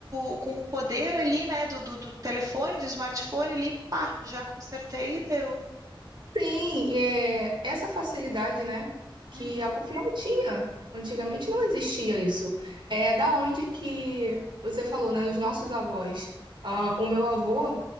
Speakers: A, on the right; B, on the right.
A: o, com o poder ali, né, do, do, do telefone, do smartphone ali, pá, já consertei e deu.
B: Sim, é, essa facilidade, né? Que
A: Uhum,
B: é algo que não tinha. Antigamente não existia isso. É da onde que você falou, né? Dos nossos avós. Ah, o meu avô,